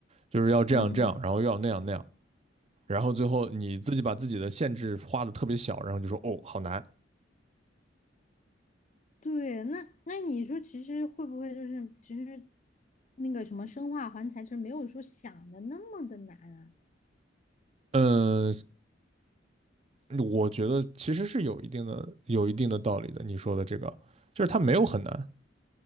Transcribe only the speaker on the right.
就是要这样这样，
然后要那样那样，然后最后你自己把自己的限制画的特别小，然后就说哦好难，
嗯，我觉得其实是有一定的有一定的道理的。你说的这个，就是他没有很难，